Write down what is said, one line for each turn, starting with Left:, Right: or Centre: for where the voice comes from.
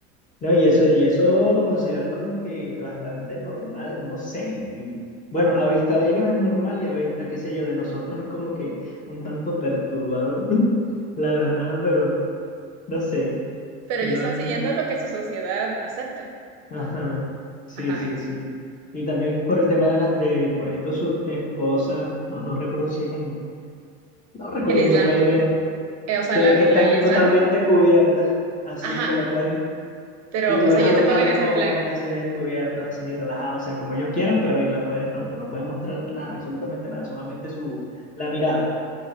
Left: No, y eso, y eso lo consideran como que bastante normal, no sé. Y bueno, a vista de ellos es normal y a vista, qué sé yo, de nosotros es como que un tanto perturbador, <laughs> la verdad, pero no sé.
Right: pero
Left: Y
Right: ellos
Left: lo
Right: están
Left: ven
Right: siguiendo
Left: muy...
Right: lo que su sociedad acepta.
Left: Ajá, sí,
Right: Ajá,
Left: sí,
Right: es
Left: sí. Y también por el tema de, la, de por ejemplo, sus esposas, no, no recuerdo si es en, no recuerdo
Right: el Islam.
Left: en qué país era,
Right: Eh, o sea,
Left: que,
Right: la-
Left: que están
Right: la- el Islam.
Left: totalmente cubiertas, así
Right: Ajá,
Left: que no pueden.
Right: pero,
Left: Y tú
Right: o
Left: ves
Right: sea, yo
Left: a los,
Right: te pongo
Left: a los
Right: en ese
Left: hombres
Right: plan.
Left: así descubiertos, así relajados, o sea, como ellos quieran, pero y las mujeres no, pues no pueden mostrar nada, absolutamente nada, solamente su, la mirada.